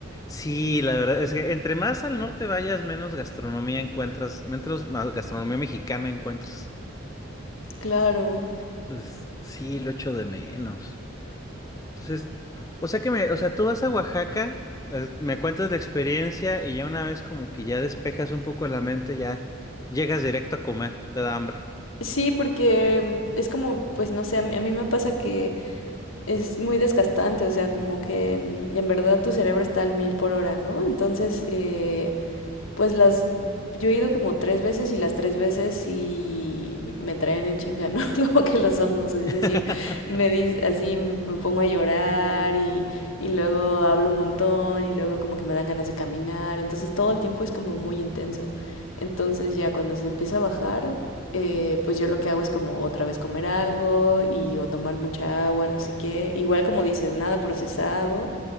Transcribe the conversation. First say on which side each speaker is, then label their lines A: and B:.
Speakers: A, on the left; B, on the left.
A: Sí, la verdad es que entre más al norte vayas, menos gastronomía encuentras, menos más gastronomía mexicana encuentras.
B: Claro.
A: Entonces, sí, lo echo de menos. Entonces, o sea que me, o sea, tú vas a Oaxaca, eh, me cuentas la experiencia y ya una vez como que ya despejas un poco la mente, ya llegas directo a comer, te da hambre.
B: Sí, porque mm, es como, pues no sé, a mí, a mí me pasa que es muy desgastante, o sea, como que mm, en verdad tu cerebro está al mil por hora, ¿no? Entonces, eh, pues las, yo he ido como tres veces y las tres veces y me traen en chinga, ¿no? <laughs> Como que los hongos, es
A: <laughs>
B: decir, me di- así me pongo a llorar y, y luego hablo un montón y luego como que me dan ganas de caminar, entonces todo el tiempo es como muy intenso. Entonces ya cuando se empieza a bajar, eh, pues yo lo que hago es como otra vez comer algo y o tomar mucha agua, no sé qué. Igual como dices, nada procesado